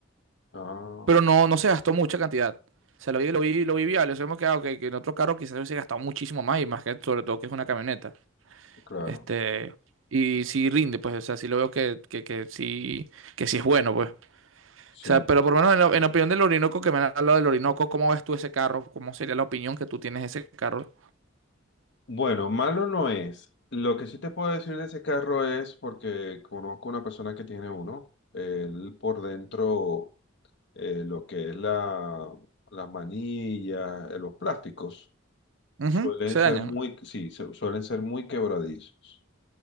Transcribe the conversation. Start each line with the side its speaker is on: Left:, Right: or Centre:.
Left: Ah,
Right: pero no, no se gastó mucha cantidad. O sea, lo vi, lo vi, lo vi viable. Eso hemos quedado que, ah, ok, que en otro carro quizás hubiese gastado muchísimo más, y más que sobre todo que es una camioneta.
Left: claro,
Right: Este, y sí rinde, pues, o sea, sí lo veo que, que, que sí, que sí es bueno, pues. O
Left: sí.
Right: sea, pero por lo menos en, la- en opinión del Orinoco, que me han hablado del Orinoco, ¿cómo ves tú ese carro? ¿Cómo sería la opinión que tú tienes de ese carro?
Left: Bueno, malo no es. Lo que sí te puedo decir de ese carro es porque conozco una persona que tiene uno. Él por dentro, eh, lo que es la, las manillas, eh, los plásticos,
Right: Ujú,
Left: suelen
Right: Se
Left: ser
Right: dañan.
Left: muy, sí, su- suelen ser muy quebradizos.